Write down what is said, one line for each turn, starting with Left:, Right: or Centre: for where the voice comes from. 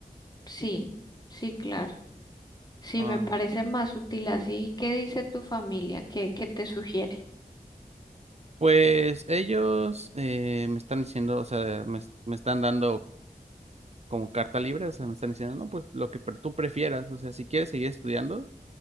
Left: sí, sí, claro. Sí,
Right: Ah.
Left: me parece más útil así. ¿Qué dice tu familia? ¿Qué, qué te sugiere?
Right: Pues ellos eh, me están diciendo, o sea, me, es- me están dando como carta libre, o sea, me están diciendo, no, pues lo que pre- tú prefieras, o sea, si quieres seguir estudiando